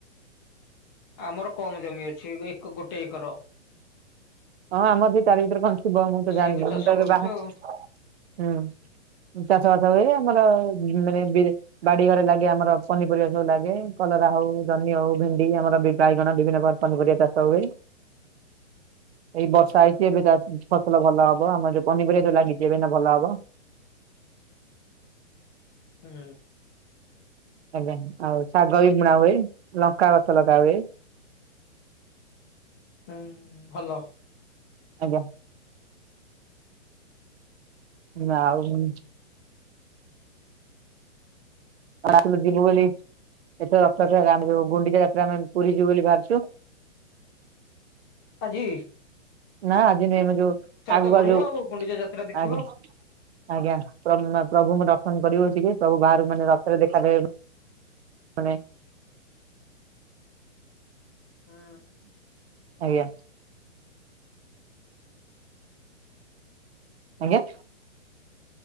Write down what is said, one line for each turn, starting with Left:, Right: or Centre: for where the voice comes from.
Left: ଆମର କମ ଜମି ଅଛିଏବେ ଏକ ଗୋଟେ ଏକର
Right: ହଁ ଆମର ବି ତାର ଭିତରେ କଣ ଥିବ ମୁଁ ତ
Left: ସେଇଆକୁ
Right: ଜାଣିନି
Left: ଚାଷ
Right: ମୁଁ ତ ଏବେ
Left: କରୁଛୁ
Right: ବାହା
Left: ଆଉ।
Right: ହୁଁ ଚାଷ ବାସ ହୁଏ ଆମର ମାନେ ବି ବାଡି ଘରେ ଲାଗେ ଆମର ପନିପରିବା ସବୁ ଲାଗେ କଲରା ହଉ ଜନି ହଉ ଭେଣ୍ଡି ଆମର ବିବାଇଗଣ ବିଭିନ୍ନ ପ୍ରକାର ପନିପରିବା ଚାଷ ହୁଏ। ଏଇ ବର୍ଷା ହେଇଛି ଏବେ ଚା ଫସଲ ଭଲ ହବ ଆମର ଯୋଉ ପନିପରିବା ଯୋଉ ଲାଗିଛି ଏବେ ନା ଭଲ ହବ
Left: ହୁଁ
Right: ଆଜ୍ଞା ଆଉ ଶାଗ ବି ବୁଣା ହୁଏ ଲଙ୍କା ଗଛ ଲଗା ହୁଏ। <inaudible>
Left: ହୁଁ ଫଲ
Right: ଆଜ୍ଞା ନା ଆଉ ମୁ ଆଶୁନୁ ଯିବୁ ବୋଲି ଏଥର ରଥଯାତ୍ରାରେ ଆମେ ଯୋଉ ଗୁଣ୍ଡିଚା ଯାତ୍ରା ଆମେ ପୁରୀ ଯିବୁ ବୋଲି ଭାବୁଛୁ
Left: ହଜି
Right: ନା ଆଜିିନ ଏମ ଯଉ ଆଗୁଆ
Left: ତ ବଢିଆ
Right: ଯଉ
Left: ଆଉ ଗୁଣ୍ଡିଚା ଯାତ୍ରା ଦେଖିବ।
Right: ଆ୍ଞ ଆଜ୍ଞା ପ୍ରଭୁ ପ୍ରଭୁଙ୍କୁ ଦର୍ଶନ କରିବ ଟିକେ ପ୍ରଭୁ ବାହାରୁ ମାନେ ର ଥରେ ଦେଖାଦେ ମାନେ
Left: ହୁଁ
Right: ଆଜ୍ଞା। ଆଜ୍ଞା।